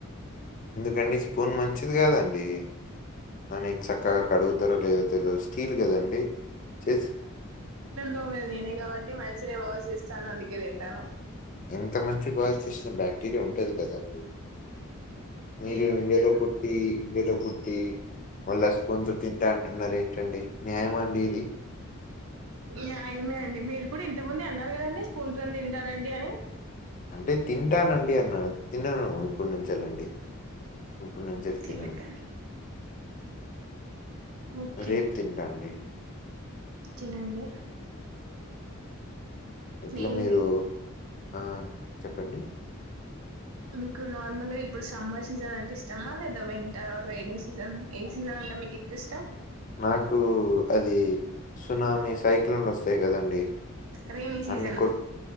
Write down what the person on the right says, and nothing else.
మీద నేనే కాబట్టి మంచినే వాషిస్తాను అందుకే తింటాను
లేదండి
న్యాయమే అండి మీరు కూడా ఇంత ముంది అన్నారు కదండి స్పూన్ తోని తింటారండి అని
తినక
ఓకే
తినండి
ఈ
మీకు నార్మల్గా ఇప్పుడు సమ్మర్ సీజన్ అంటే ఇష్టమా లేదా వింటర్ రైైనీ సీజన్ ఏ సీజన్ ఇగ మీకు ఎక్కువ ఇష్టం
రైనీ సీజన్